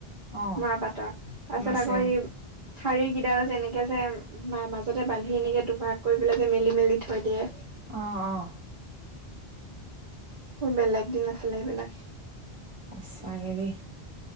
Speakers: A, on the right; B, on the right.
A: অ',
B: মাহ পাতৰ তাৰপিছত
A: মাছে
B: আকৌ এই। ঠাৰি গিডাল যে এনেকে যে মাজতে বান্ধি এনেকে দুভাগ কৰি পেলাই যে মেলি- মেলি থৈ দিয়ে।
A: অ ', অ',
B: বেলেগ দিন আছিলে সেইবিলাক।
A: সঁচাকে দেই।